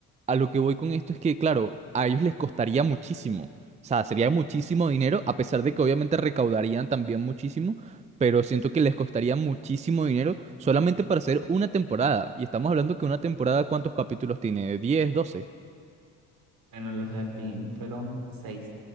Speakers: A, on the right; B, on the right.
A: a lo que voy con esto es que, claro, a ellos les costaría muchísimo. O sea, sería muchísimo dinero, a pesar de que obviamente recaudarían también muchísimo, pero siento que les costaría muchísimo dinero solamente para hacer una temporada. Y estamos hablando que una temporada, ¿cuántos capítulos tiene? diez doce
B: Bueno, los de Arkane fueron seis